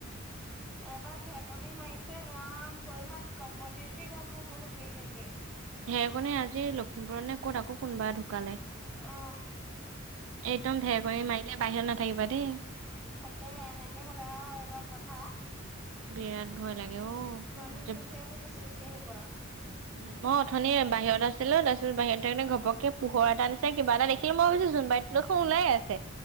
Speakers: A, in the centre; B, on the right.
A: এটা ঢেকনি মাৰিছে ৰাম ভৰিহাত কপনি উঠি গ'ল মোৰ বহুত দেৰি লাগে।
B: ঢেৰেকনে আজি লখিমপুৰত নে ক'ত আকৌ কোনোবা ঢুকালে।
A: অ
B: একদম ধেৰ কৰি মাৰিলে বাহিৰত নাথাকিবা দেই।
A: তাকেহে এনেকে হলে আৰু এইবাৰ পথাৰ।
B: বিৰাট ভয় লাগে অ
A: মানুহ
B: মতে
A: গোটেইবোৰ
B: বিৰাট। ভয়।
A: গুচি গুচি আহিব।
B: উম মই অথনি বাহিৰত আছিলো তাৰপিছ বাহিৰ থনে ঘপকে পোহৰ এটা নিছে কিবা এটা দেখিলো মই ভাবিছো যোনবাইত। লখন ওলাই আছে